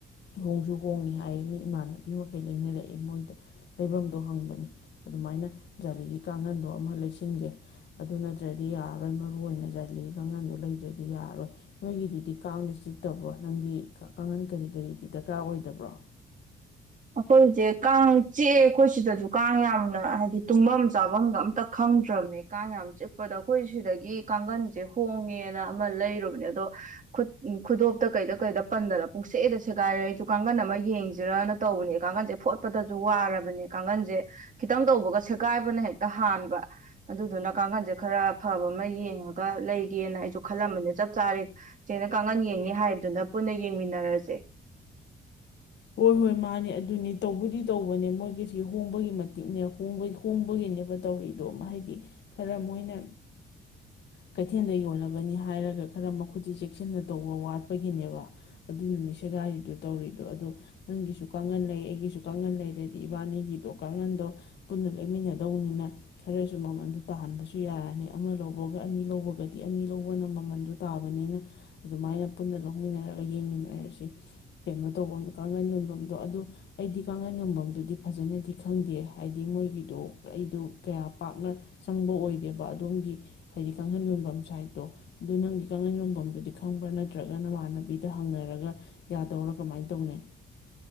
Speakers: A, on the left (about 65°); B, on the right (about 40°).
A: ꯍꯣꯡꯁꯨ ꯍꯣꯡꯉꯤ ꯍꯥꯏꯌꯦ ꯃꯤ ꯏꯃꯥꯟꯅꯕꯤ ꯃꯈꯩ ꯂꯩꯅꯔꯛꯑꯦ ꯃꯣꯏꯗ ꯂꯩꯐꯝꯗꯣ ꯍꯪꯕꯅꯤ ꯑꯗꯨꯃꯥꯏꯅ ꯖꯥꯂꯤꯒꯤ ꯀꯥꯡꯈꯟꯗꯣ ꯑꯃ ꯂꯩꯁꯤꯟꯒꯦ ꯑꯗꯨ ꯅꯠꯇ꯭ꯔꯗꯤ ꯌꯥꯔꯔꯣꯏ ꯃꯔꯨ ꯑꯣꯏꯅ ꯖꯥꯂꯤꯒꯤ ꯀꯥꯡꯈꯟꯗꯣ ꯂꯩꯗ꯭ꯔꯗꯤ ꯌꯥꯔꯣꯏ ꯑꯔꯣꯏ ꯅꯣꯏꯒꯤꯗꯨꯗꯤ ꯀꯥꯡꯗꯤ ꯆꯤꯛꯇꯕ꯭ꯔꯣ ꯅꯪꯗꯤ ꯀꯥꯡꯈꯟ ꯀꯔꯤ ꯀꯔꯤꯗꯤ ꯗꯔꯀꯥꯔ ꯑꯣꯏꯗꯕ꯭ꯔꯣ
B: ꯑꯩꯈꯣꯏꯖꯦ ꯀꯥꯡ ꯆꯤꯛꯑꯦ ꯑꯩꯈꯣꯏ ꯁꯤꯗꯁꯨ ꯀꯥꯡ ꯌꯥꯝꯅ ꯍꯥꯏꯗꯤ ꯇꯨꯡꯐꯝ ꯆꯥꯐꯝꯗ ꯑꯝꯇ ꯈꯪꯗ꯭ꯔꯕꯅꯦ ꯀꯥꯡ ꯌꯥꯝ ꯆꯤꯛꯄꯗ ꯑꯩꯈꯣꯏ ꯁꯤꯗꯒꯤ ꯀꯥꯡꯒꯟꯁꯦ ꯍꯣꯡꯉꯦꯅ ꯑꯃ ꯂꯩꯔꯨꯕꯅꯦ ꯑꯗꯣ ꯈꯨꯠ ꯈꯨꯗꯣꯞꯇ ꯀꯩꯗ ꯀꯩꯗ ꯄꯟꯗꯅ ꯄꯨꯡꯁꯦꯗ ꯁꯦꯒꯥꯏꯔꯦ ꯑꯩꯁꯨ ꯀꯥꯡꯒꯟ ꯑꯃ ꯌꯦꯡꯖꯤꯔꯅ ꯇꯧꯕꯅꯦ ꯀꯥꯡꯒꯜꯖꯦ ꯐꯣꯠꯄꯗꯁꯨ ꯋꯥꯔꯕꯅꯦ ꯀꯥꯡꯒꯟꯖꯦ ꯈꯤꯇꯪ ꯇꯧꯕꯒ ꯁꯦꯒꯥꯏꯕꯅ ꯍꯦꯛꯇ ꯍꯥꯟꯕ ꯑꯗꯨꯗꯨꯅ ꯀꯥꯡꯒꯟꯖꯦ ꯈꯔ ꯐꯕ ꯑꯃ ꯌꯦꯡꯉꯒ ꯂꯩꯒꯦꯅ ꯑꯩꯁꯨ ꯈꯜꯂꯝꯕꯅꯦ ꯆꯞ ꯆꯥꯔꯦ ꯁꯦꯡꯅ ꯀꯥꯡꯒꯟ ꯌꯦꯡꯅꯤ ꯍꯥꯏꯕꯗꯨꯅ ꯄꯨꯟꯅ ꯌꯦꯡꯃꯤꯟꯅꯔꯖꯦ
A: ꯍꯣꯏ ꯍꯣꯏ ꯃꯥꯅꯦ ꯑꯗꯨꯅꯤ ꯇꯧꯕꯨꯗꯤ ꯇꯧꯕꯅꯦ ꯃꯣꯏꯒꯤꯁꯤ ꯍꯣꯡꯕꯒꯤ ꯃꯇꯤꯛꯅꯦꯕ ꯍꯣꯡꯕꯒꯤꯅꯦꯕ ꯇꯧꯔꯤꯗꯣ ꯍꯥꯏꯗꯤ ꯈꯔ ꯃꯣꯏꯅ ꯀꯩꯊꯦꯜꯗ ꯌꯣꯜꯂꯕꯅꯤ ꯍꯥꯏꯔꯒ ꯈꯔ ꯃꯈꯨꯠꯁꯤ ꯆꯦꯛꯁꯤꯟꯅ ꯇꯧꯕ ꯋꯥꯠꯄꯒꯤꯅꯦꯕ ꯑꯗꯨꯅꯅꯤ ꯁꯦꯒꯥꯏꯔꯤꯗꯨ ꯇꯧꯔꯤꯗꯣ ꯑꯗꯨꯗꯣ ꯅꯪꯒꯤꯁꯨ ꯀꯥꯡꯈꯟ ꯂꯩ ꯑꯩꯒꯤꯁꯨ ꯀꯥꯡꯈꯟ ꯂꯩꯔꯗꯤ ꯏꯕꯥꯅꯤꯒꯤꯗꯣ ꯀꯥꯡꯒꯟꯗꯣ ꯄꯨꯟꯅ ꯂꯩꯃꯤꯟꯅꯗꯧꯅꯤꯅ ꯈꯔꯁꯨ ꯃꯃꯜꯗꯣ ꯇꯥꯍꯟꯕꯁꯨ ꯌꯥꯔꯅꯤ ꯑꯃ ꯂꯧꯕꯒ ꯑꯅꯤ ꯂꯧꯕꯒꯗꯤ ꯑꯅꯤ ꯂꯧꯕꯅ ꯃꯃꯜꯗꯨ ꯇꯥꯕꯅꯤꯅ ꯑꯗꯨꯃꯥꯏꯅ ꯄꯨꯟꯅ ꯂꯧꯃꯤꯟꯅꯔꯒ ꯌꯦꯡꯃꯤꯟꯅꯔꯁꯤ ꯀꯩꯅꯣ ꯇꯧꯕ ꯀꯥꯡꯒꯟ ꯌꯣꯟꯕꯝꯗꯣ ꯑꯗꯨ ꯑꯩꯗꯤ ꯀꯥꯡꯒꯟ ꯌꯣꯟꯕꯝꯗꯨꯗꯤ ꯐꯖꯅꯗꯤ ꯈꯪꯗꯦ ꯍꯥꯏꯗꯤ ꯃꯣꯏꯒꯤꯗꯣ ꯑꯩꯗꯣ ꯀꯌꯥ ꯄꯥꯛꯅ ꯆꯪꯕ ꯑꯣꯏꯗꯦꯕ ꯑꯗꯣꯝꯒꯤ ꯍꯥꯏꯗꯤ ꯀꯥꯡꯒꯟ ꯌꯣꯟꯕꯝ ꯁꯥꯏꯠꯇꯣ ꯑꯗꯨ ꯅꯪꯗꯤ ꯀꯥꯡꯒꯟ ꯌꯣꯟꯐꯝꯗꯨꯗꯤ ꯈꯪꯕ꯭ꯔꯥ ꯅꯠꯇ꯭ꯔꯒ ꯅꯃꯥꯟꯅꯕꯤꯗ ꯍꯪꯅꯔꯒ ꯌꯥꯗꯧꯔꯥ ꯀꯃꯥꯏꯅ ꯇꯧꯅꯩ